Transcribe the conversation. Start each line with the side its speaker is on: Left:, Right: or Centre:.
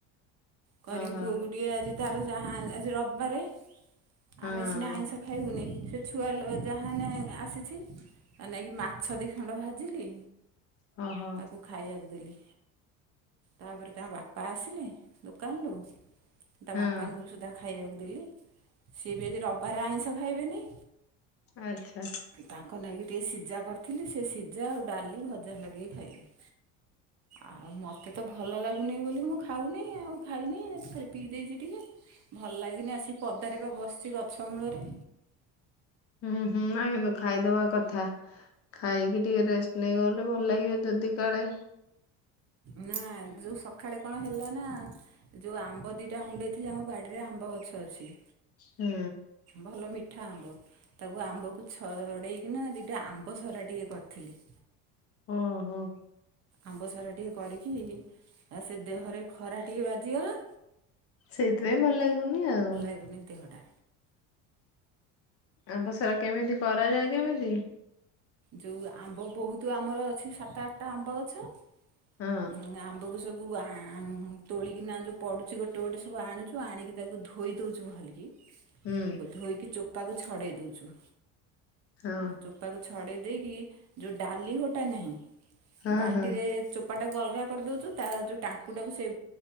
Right: କରିକି
Left: ଓହୋ ହଁ
Right: ପୁଅକୁ ଟିକେ ଆଜି ତାର ଯାହା ଆଜି ରବିବାରେ
Left: ହଁ
Right: ଆମେ ସିନା ଆଇଁଷ ଖାଇବୁନି ସେ ଛୁଆ ଲୋ ଯାହାନେ ଆସିଛି ତା ନାଇକି ମାଛ ଦି ଖଣ୍ଡ ଭାଜିଲି
Left: ହଁ ହଁ
Right: ତାକୁ ଖାଇବାକୁ ଦେଲି ତାପରେ ତା ବାପା ଆସିଲେ ଦୋକାନରୁ ତା
Left: ହଁ
Right: ବାପାଙ୍କୁ ବି ସୁଦ୍ଧା ଖାଇବାକୁ ଦେଲି ସିଏ ବି ଆଜି ରବିବାର ଆଇଁଷ ଖାଇବେନି
Left: ଆଛା
Right: ତାଙ୍କ ନାଗି ଟିକେ ସିଝା କରିଥିଲି ସେ ସିଝା ଆଉ ଡାଲି ଭଜା ଲଗେଇ ଖାଇଲେ ଆଉ ମତେ ତ ଭଲ ଲାଗୁନି ବୋଲି ମୁଁ ଖାଉନି ଆଉ ଖାଇନି ଖାଲି ପିଇ ଦେଇଛି ଟିକେ ଭଲ ଲାଗିନି ଆସିି ପଦାରେ ବା ବସିଛି ଗଛ ମୂଳରେ
Left: ହୁଁ ହୁଁ ନାଇଁ କିନ୍ତୁ ଖାଇଦବା କଥା ଖାଇକି ଟିକେ ରେଷ୍ଟ ନେଇ ଗଲେ ଭଲ ଲାଗିବ ଦଦି କାଳେ
Right: ନାହା ଯଉ ସଖାଳେ କଣ ହେଲା ନା ଯଉ ଆମ୍ବ ଦିଟା ଉଣ୍ଡେଇଥିଲି ଆମ ବାଡିରେ ଆମ୍ବ ଗଛ ଅଛି।
Left: ହୁଁ
Right: ଭଲ ମିଠା ଆମ୍ବ ତାକୁ ଆମ୍ବକୁ ଛଡ଼େଇକିନା ଦୁଇଟା ଆମ୍ବ ସରା ଟିକେ କରିଥିଲି।
Left: ଓ ହୋ
Right: ଆମ୍ବ ସରା ଟିକେ କରିକି ଆ ସେ ଦେହରେ ଖରା ଟିକେ ବାଜିଗଲା
Left: ସେଇଥିପାଇଁ ଭଲ ଲାଗୁନି ଆଉ
Right: <unintelligible> ଦେହଟା
Left: ଆମ୍ବସରା କେମିତି କରାଯାଏ କେମିତି?
Right: ଯଉ ଆମ୍ବ ବହୁତ ଆମର ଅଛି ସାତ ଆଠଟା ଆମ୍ବ ଗଛ
Left: ହଁ
Right: ଉଁ ଆମ୍ ଆବକୁ ସବୁ ଆଁ ଉ ତୋଳିକିନା ଯଉ ପଡ଼ୁଛି ଗୋଟେ ଗୋଟେ ସବୁ ଆଣୁଛୁ ଆଣିକି ତାକୁ ଧୋଇ ଦଉଛୁ ଭଲିକି
Left: ହୁଁ
Right: ଧୋଇକି ଚୋପାକୁ ଛଡ଼େଇ ଦେଉଛୁ।
Left: ହଁ
Right: ଚୋପାକୁ ଛଡ଼େଇ ଦେଇକି ଯଉ ଡାଲି ହୋଟା ନାହିଁ
Left: ହଁ
Right: ବାଲ୍ଟିରେ
Left: ହଁ
Right: ଚୋ ପାଟାକୁ ଅଲଗା କରିଦଉଛୁ ତା ଯେଉ ଟାଙ୍କୁଟାକୁ ସେ